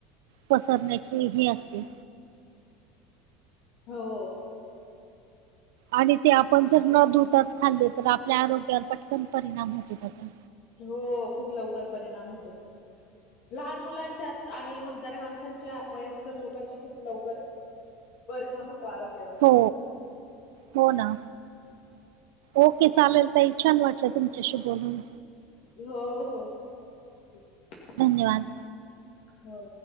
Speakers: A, on the right (about 80°); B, on the left (about 60°).
A: पसरण्याचे हे असते.
B: हो.
A: आणि ते आपण जर न धुताच खाल्ले तर आपल्या आरोग्यावर पटकन परिणाम होतो त्याचा
B: हो खूप लवकर परिणाम होतो. लहान मुलांच्या आणि म्हातऱ्या माणसांच्या वयस्कर लोकांच्या खूप लवकर परिणाम होतो आरोग्यावर
A: हो हो ना. ओके चालेल ताई छान वाटलं तुमच्याशी बोलून.
B: हो हो हो ठीक आहे.
A: धन्यवाद.
B: हो.